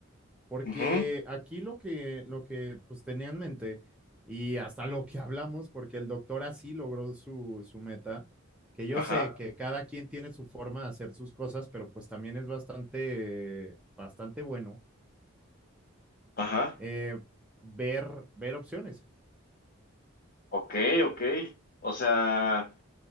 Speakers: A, in the centre; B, on the left.
A: Porque
B: Ujú.
A: aquí lo que, lo que pues tenía en mente y hasta lo que hablamos, porque el doctor así logró su, su meta, que yo
B: Ajá,
A: sé que cada quien tiene su forma de hacer sus cosas, pero pues también es bastante, bastante bueno
B: ajá.
A: eh, ver, ver opciones.
B: Ok, ok. O sea,